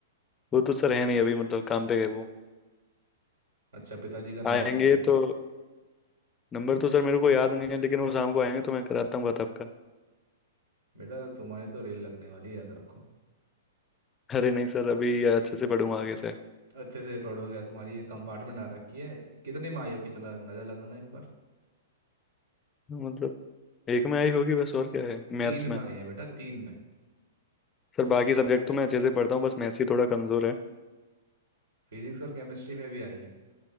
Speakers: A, on the left; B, on the right.
A: वो तो सर है नहीं अभी मतलब काम पे गए वो
B: अच्छा पिताजी का नंबर
A: आएंगे
B: दीजिए फिर
A: तो नंबर तो सर मेरे को याद नहीं है लेकिन वो शाम को आएंगे तो मैं कराता हूँ बात आपका
B: बेटा तुम्हारी तो रेल लगने वाली है, याद रखो
A: अरे नहीं सर अभी अच्छे से पढ़ूंगा आगे से
B: अच्छे से पढ़ो क्या तुम्हारी ये कंपार्टमेंट आ रखी है कितने में आई हो कि चला नजर लगाना एक बार
A: मतलब एक में आई होगी बस और क्या है मैथ्स
B: तीन
A: में
B: में आई है बेटा तीन में
A: सर बाकी सब्जेक्ट तो मैं अच्छे से पढ़ता हूँ बस मैथ्स ही थोड़ा कमजोर है
B: फिजिक्स और केमिस्ट्री में भी आई है